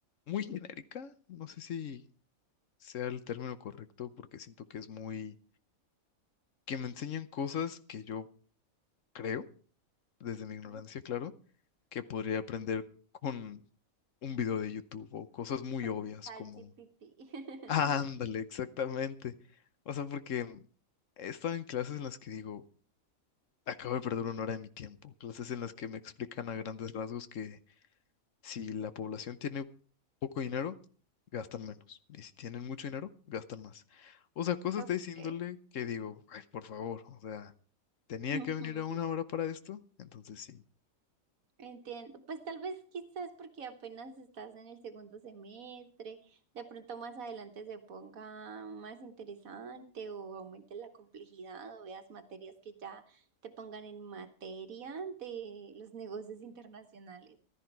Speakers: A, on the left; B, on the right.
A: muy genérica. No sé si sea el término correcto porque siento que es muy... que me enseñan cosas que yo creo, desde
B: ujú.
A: mi ignorancia, claro, que podría aprender con un video de YouTube o cosas muy
B: Con
A: obvias
B: ChatGPT.
A: como... <laughs>
B: <laughs>
A: Ándale, exactamente. O sea, porque he estado en clases en las que digo, acabo de perder una hora de mi tiempo, clases en las que me explican a grandes rasgos que... Si la población tiene poco dinero, gastan menos. Y si tienen mucho dinero, gastan más. O sea, cosas
B: Ok.
A: de esa índole que digo, ay, por favor, o sea, tenía
B: Ujú.
A: que venir a una hora para esto, entonces sí.
B: Entiendo, pues tal vez quizás porque apenas estás en el segundo semestre, de pronto más adelante se ponga más interesante o aumente la complejidad o veas materias que ya te pongan en materia de los negocios internacionales.